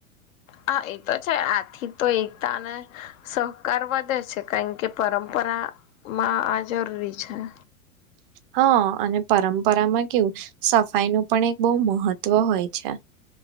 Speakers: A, on the left; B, on the right.
A: હા, એ તો છે, આથી તો એકતા અને સહકાર વધે છે, કારણ કે પરંપરામા આજ પીછા
B: હા, અને પરંપરામાં કેવું સફાઈનુ પણ એક બહુ મહત્વ હોય, છે.